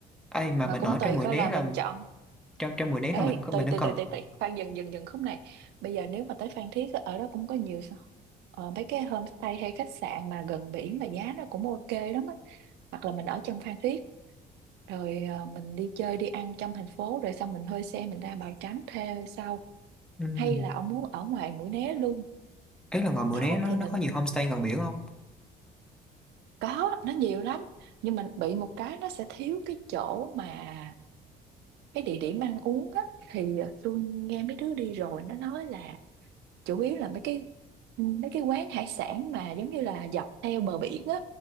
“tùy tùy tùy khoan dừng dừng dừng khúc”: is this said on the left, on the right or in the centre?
Right